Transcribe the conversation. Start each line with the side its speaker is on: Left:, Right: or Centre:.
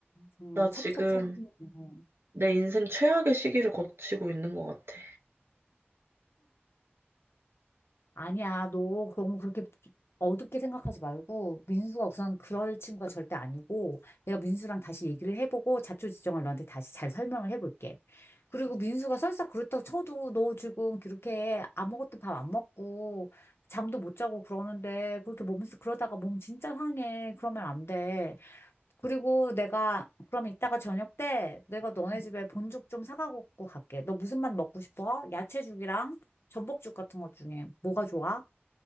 Left: 정말
Right: 나 지금
Left: 첩첩산중이네.
Right: 내 인생 최악의 시기를 거치고 있는 것 같아.
Left: 아니야, 너 너무 그렇게 어둡게 생각하지 말고, 민수가 우선 그럴 친구가 절대 아니고, 내가 민수랑 다시 얘기를 해보고, 자초지종을 너한테 다시 잘 설명을 해볼게. 그리고 민수가 설사 그렇다고 쳐도, 너 지금 그렇게 아무것도 밥 안 먹고, 잠도 못 자고 그러는데, 그렇게 몸, 그러다가 몸 진짜 상해. 그러면 안 돼. 그리고 내가, 그럼 이따가 저녁 때 내가 너네
Right: 음.
Left: 집에 본죽 좀 사가고 갈게. 너 무슨 맛 먹고 싶어? 야채죽이랑 전복죽 같은 것 중에 뭐가 좋아?